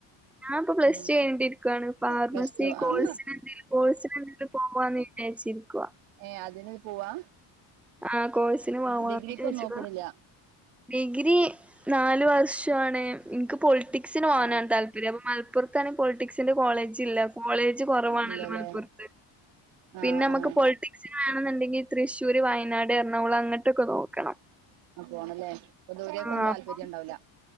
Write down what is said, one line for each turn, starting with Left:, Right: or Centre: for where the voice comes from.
Centre: ഞാ ഇപ്പൊ പ്ലസ്
Right: ഉം
Centre: ടു കഴിഞ്ഞിട്ടിരിക്കാണ് ഫാർമസി
Right: പ്ലസ് ടു
Centre: കോഴ്സിന്
Right: ആഹ്
Centre: എന്തേലും കോഴ്സിന് എന്തിനേങ്കിലും പോവാന്ന് വിചാരിച്ചിരിക്കുവ
Right: ഏഹ് അതിന് പോവാ
Centre: ആഹ് കോഴ്സിന് പോവാന്ന്
Right: ഡിഗ്രിക്കൊന്നും
Centre: വിചാരിച്ചിക്കുവാ
Right: നോക്ക്ണില്ല
Centre: ഡിഗ്രി നാല് വർഷാണ് എനിക്ക് പൊളിറ്റിക്സിന് പോകാനാണ്
Right: ആഹ്
Centre: താല്പര്യം അപ്പൊ മല പ്പുറത്താണ് പോളിറ്റിക്സിന്റെ കോളേജ് ഇള്ളെ കോളേജ് കൊറവാണല്ലോ
Right: ഇല്ലല്ലേ
Centre: മലപ്പുറത്ത്?
Right: ആഹ്
Centre: പിന്നെ നമക്ക്
Right: ആഹ്
Centre: പോളിറ്റിക്സിന് വേണെന്നുണ്ടെങ്കി തൃശ്ശൂർ, വയനാട്, എറണാകുളം, അങ്ങട്ടൊക്കെ നോക്കണം
Right: ആ പോണംല്ലേ? അപ്പൊ ദൂരേക്കൊന്നും
Centre: ആഹ്
Right: താല്പര്യം
Centre: അപ്പം
Right: ഇണ്ടാവൂല്ല?